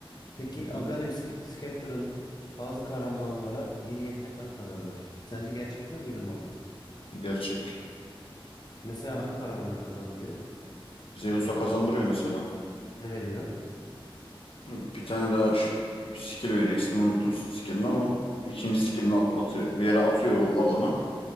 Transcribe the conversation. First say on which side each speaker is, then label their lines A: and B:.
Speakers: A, on the left (about 45°); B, on the left (about 70°).
A: Peki
B: Hı
A: Aghanim
B: hı.
A: Sk- Scepter'ın bazı kahramanlara yeni yetenekler kazandırır. Sence gerçek mi, uydurma mı?
B: Gerçek.
A: Mesela hangi kahramanları kazandırıyor
B: Zeus'a
A: oynadı?
B: kazandırıyor mesela.
A: Ne veriyor?
B: Bir tane daha ş- skill veriyor. İsmini unuttum skill'in ama ikinci
A: Hmm,
B: skill'ini at atıyor. Bir yere atıyor o alana.